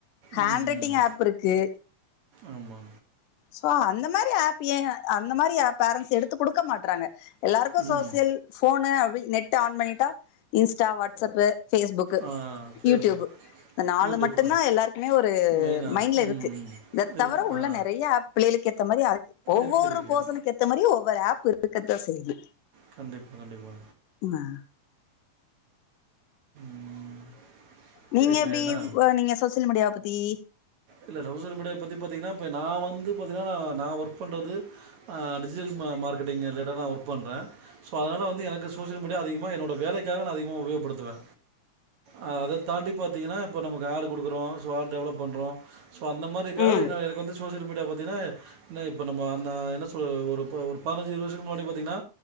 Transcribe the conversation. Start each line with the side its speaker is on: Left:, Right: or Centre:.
Left: ஹேண்
Right: ம்
Left: ரைட்டிங்
Right: ம்
Left: ஏ ப்ருக்கு
Right: ஆமா
Left: சோ அந்த மாரி ஏப் ஏ அந்த மாரி ஏப் பேரண்ஸ் எடுத்து குடுக்க மாட்றாங்க எல்லாருக்கு
Right: ம்
Left: சோசியல் ஃபோனு அபி நெட் ஆன் பண்ணிட்டா இன்ஸ்டா வாட்ஸ்அப்பு ஃபேஸ்புக்கு
Right: ஆ ஃபேஸ்புக்
Left: யூடியூப்பு இந்த நாலு
Right: யூடியூப்
Left: மட்டுந்தா
Right: ஆ
Left: எல்லாருக்குமே ஒரு
Right: மெயினா
Left: ன்ல
Right: ம்
Left: இருக்கு
Right: ம்
Left: இத
Right: இருக்கு
Left: தவர உள்ள
Right: ஆ
Left: நெறைய ஏப் பிள்ளைகளுக்கேத்த மாரியா <unintelligible> ஒவ்வொரு
Right: இருக்கு இருக்கு
Left: பர்சனுகேத்த மாரியு ஒவ்வரு ஏப் இருக்கத்தா செய்து
Right: கண்டிப் கண்டிப்பா
Left: ம்மா
Right: ம் இப்ப
Left: நீங்க
Right: இப்ப
Left: எப்டி
Right: ஏன்னா
Left: வ நீங்க சோசியல் மீடியாவ ப த்தி
Right: இல்ல <unintelligible> மீடியா பத்தி பாத்தீங்கனா இப்ப நா வந்து பாத்தீனா நா ஒர்க் பண்றது அ டிஜிட்டல் ம மார்க் கெட்டிங் ரிலேட்டா நா ஒர்க் பண்றே சோ அதனால வந்து எனக்கு சோ சியல் மீடியா அதிகமா என்னோட வேலைக்காக நா அதிகமா உபயோகப்படுத்துவே அ அத தாண்டி பாத்தீங்கனா இப்பொ நமக்கு ஏடு குடுக்குறோ சோ ஏடு டெவலப் பண்றோ சோ அந்த மாரி இதுக்காவ
Left: ம்
Right: என எனக்கு வந்து சோசியல் மீ டியா பாத்தீனா ந இப்ப நம்மோ ந என்ன சொல் ஒரு ப்ப ஒரு பதனெஞ்சு இருவது வருஷத்துக்கு முன்னாடி பா த்தீங்னா